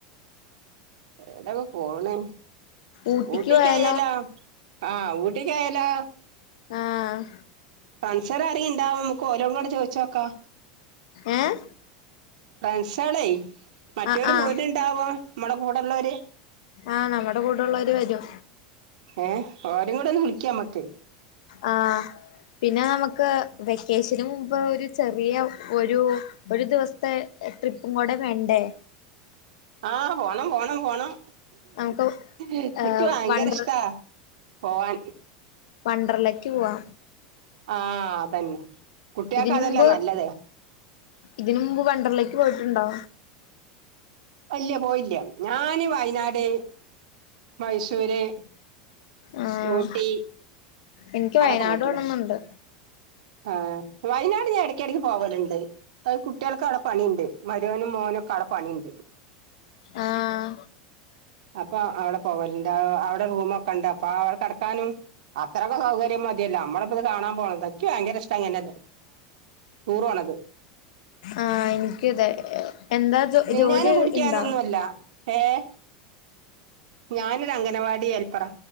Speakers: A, on the right; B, on the left.
A: എവ്ടെങ് പോണേ
B: ഊട്ടിക്ക്
A: ഊട്ടിക്കായാല്ലോ
B: പോയാലോ
A: ആഹ് ഊട്ടിക്കായാല്ലോ?
B: ആഹ്
A: കൺസർ ആരും ഇണ്ടാവും നമുക്ക് ഒരേം കൂടെ ചോദിച്ച് നോക്കാം?
B: ഏഹ്.
A: ഫ്രണ്ട്സുകള് മറ്റവര്
B: ആഹ് ആഹ്
A: പോട്ടുണ്ടാവോ നമ്മടെ കൂടെള്ളവര്?
B: ആഹ് നമ്മടെ കൂടെയുള്ളവര് വരും.
A: ഏഹ് ഓരേ കൂടെ ഒന്ന് വിളിക്കാ ഞമ്മക്ക്.
B: ആഹ് പിന്നെ നമുക്ക് വെക്കേഷന് മുമ്പ് ഒരു ചെറിയ ഒരു. ഒരു ദിവസത്തെ ട്രിപ്പും കൂടെ വേണ്ടേ?
A: ആഹ് പോണം പോണം പോണം.
B: നമുക്ക്
A: എനിക്ക്
B: ഏഹ്
A: ഭയങ്കര
B: വണ്ടർ
A: ഇഷ്ടാ പോവാൻ.
B: വണ്ടറിലേക്ക് പോവാ.
A: ആഹ് അതന്നെ. കുട്ടികൾക്ക്
B: ഇതിന്
A: അതല്ലേ
B: മുമ്പ്
A: നല്ലത്
B: ഇതിന് മുമ്പ് വണ്ടറിലേക്ക് പോയിട്ടുണ്ടോ?
A: ഇല്ല പോയില്ല ഞാന് വയനാട്, മൈസൂര്
B: ആഹ്
A: ഊട്ടി.
B: എനിക്ക്
A: അവിടെ
B: വയനാട്
A: ഒക്കെ പോയിട്ടുള്ളു
B: പോണംന്നുണ്ട്
A: ആഹ് വയനാട് ഞാൻ ഇടക്കിടക്ക് പോവലുണ്ട്. അത് കുട്ടികൾക്ക് അവിടെ പണിയുണ്ട് മരിമോനും, മോനൊക്കെ അവിടെ പണിയുണ്ട്.
B: ആഹ്.
A: അപ്പൊ അവിടെ പോവലിണ്ട് അവിടെ റൂമൊക്കെ ഉണ്ട് അപ്പൊ അവടെ കിടക്കാനും അത്ര ഒക്കെ സൗകര്യം മതിയല്ലോ നമ്മളിപ്പം ഇത് കാണാൻ പോണതല്ലേ. എനിക്ക് ഭയങ്കര ഇഷ്ടാ ഇങ്ങനെ ടൂറ് പോണത്.
B: ആഹ് എനിക്കും അതെ എന്താ ജോ
A: തിന്നാനും
B: ജോലി
A: കുടിക്കാനൊന്നു
B: ഇണ്ടോ
A: അല്ല ഏഹ്. ഞാനൊരു അംഗനവാടി ഹെൽപ്പറാ